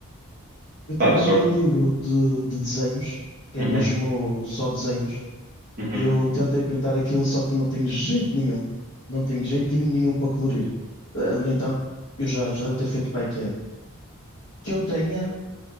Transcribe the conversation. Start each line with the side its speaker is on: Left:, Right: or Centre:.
Left: Eu tenho
Right: Pá, eu só.
Left: ali um livro de, de desenhos, que
Right: Uhum,
Left: é mesmo só desenhos,
Right: uhum.
Left: e eu tentei pintar aquilo, só que não tenho jeito nenhum. Não tenho jeitinho nenhum para colorir. Eh, No entanto, eu já, já devo ter feito para aí que é. Que eu tenha